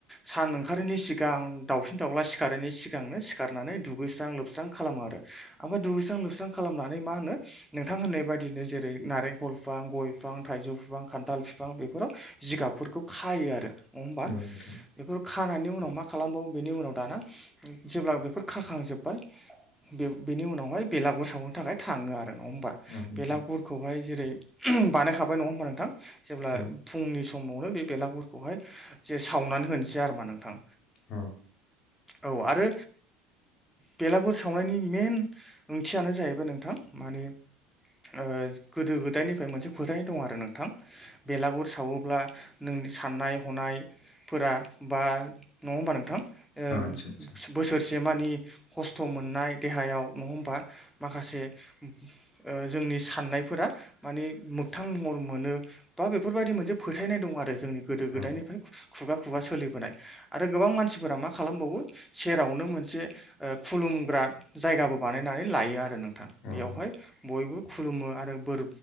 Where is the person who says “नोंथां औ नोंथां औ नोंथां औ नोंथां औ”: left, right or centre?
Left